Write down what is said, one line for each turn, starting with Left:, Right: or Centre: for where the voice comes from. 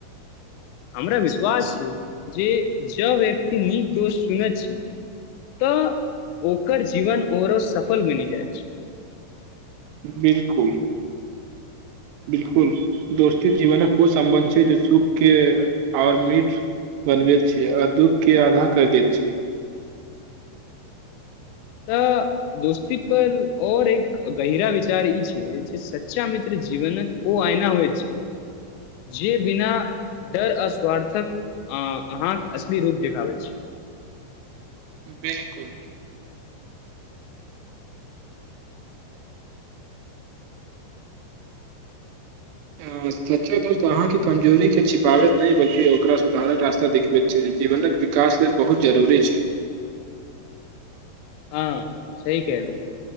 Left: हमरा विश्वास छै जे जँ व्यक्ति नीक दोस चुनैत छै तऽ ओकर जीवन आउरो सफल बनि जाइ छै
Right: बिलकुल बिलकुल दोस्ती जीवनक ओ सम्बन्ध छै जे सुख के आओर मीठ बनबैत छियै आ दुःख के आधा कैर दैत छियै
Left: तऽ दोस्ती पर और एक गहिरा विचार ई छै जे सच्चा मित्र जीवने ओ आयना हो छै जे बिना डर अ स्वार्थक अहाँक असली रूप देखाबैत अछि <unintelligible>
Right: बिल्कुल
Left: <unintelligible>
Right: अ, सच्चा दोस्त अहाँके कमजोरी के छिपाबैत नहि बल्कि ओकरा सुधारक रास्ता देखबैत छै जे जीवनक विकास लेल बहुत जरूरी छै
Left: <inaudible> हँ सही केहलउ